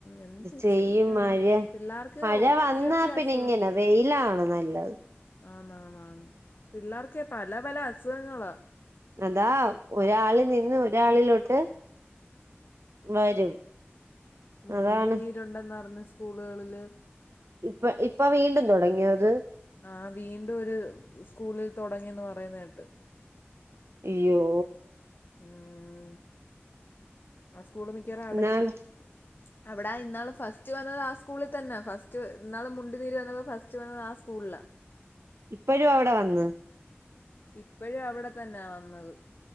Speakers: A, on the left; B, on the right.
A: എന്ത്
B: അത് ചെയ്യും
A: ചെയ്യാനാ
B: മഴ
A: പിള്ളേർക്ക്
B: മഴ
A: ഒത്തിരി
B: വന്നാ
A: ഒത്തിരി
B: പിന്നെ
A: അസുഖം
B: ഇങ്ങനെ വെയില് ആണ് നല്ല അ <unintelligible>
A: ആണ് ആണ് പിള്ളേർക്കെ പല പല അസുഖങ്ങളാ
B: അതാ ഒരാള് നിന്ന് ഒരാളിലോട്ട് വരും
A: മുണ്ടിനീരുണ്ടെന്നറിഞ്ഞ്
B: അതാണ്
A: സ്കൂളുകളില്
B: ഇപ്പ ഇപ്പ വീണ്ടും തുടങ്ങിയത്
A: ആ വീണ്ടും ഒരു സ്കൂളിൽ തുടങ്ങിയന്ന് പറയുന്ന കേട്ട്
B: അയ്യോ
A: ഉം, ആ സ്കൂൾ മിക്കവാറും അടയ്ക്കും
B: ഇന്നാള്
A: അവിട ഇന്നാള് ഫസ്റ്റ് വന്നത് ആ സ സ്കൂളിൽ തന്നെ ഫസ്റ്റ് ഇന്നാള് മുണ്ടുനീര് വന്നപ്പോൾ ഫസ്റ്റ് വന്നത് ആ സ്കൂളിൽ
B: ഇപ്പോഴും അവിടെ വന്ന്
A: ഇപ്പോഴും അവിടെ തന്നാ വന്നത്